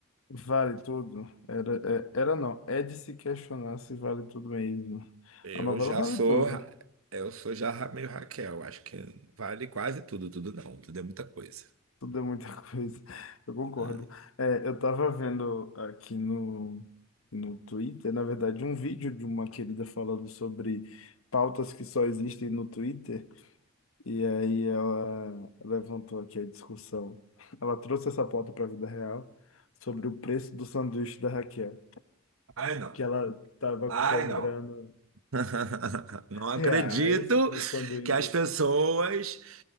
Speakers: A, on the left (about 80°); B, on the right (about 80°).
A: Vale Tudo? Era, é- era não, é de se questionar se vale tudo mesmo.
B: Eu
A: A novela
B: já
A: vale
B: sou.
A: tudo,
B: ra- Eu sou já ra- meio Raquel. Acho que vale quase tudo. Tudo não. Tudo é muita coisa.
A: tudo é muita <laughs> coisa, eu concordo.
B: É.
A: É, eu tava vendo aqui no, no Twitter, na verdade, um vídeo de uma querida falando sobre pautas que só existem no Twitter. E aí ela levantou aqui a discussão. Ela trouxe essa pauta para a vida real sobre o preço do sanduíche da Raquel,
B: Ai, não.
A: que ela estava
B: Ai,
A: cobrando
B: não. <laughs> Não acredito
A: reais no sanduíche.
B: que as pessoas.